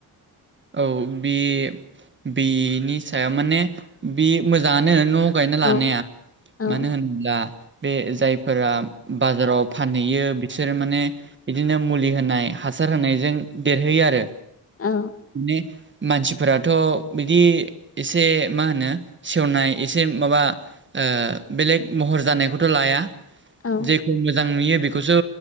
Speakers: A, on the right; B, on the left.
A: औ बे बेनि सायाव माने बे मोजाङानो न' गायना लानाया
B: औ औ
A: मानो होनोब्ला बे जायफोरा बाजाराव फानहैयो बिसोरो माने बिदिनो मुलि होनाय हासार होनायजों देरहोयो आरो
B: औ
A: माने मानसिफोराथ' बिदि एसे मा होनो सेवनाय एसे माबा ओ बेलेग महर जानायखौथ' लाया
B: औ
A: जेखौ मोजां नुयो बेखौसो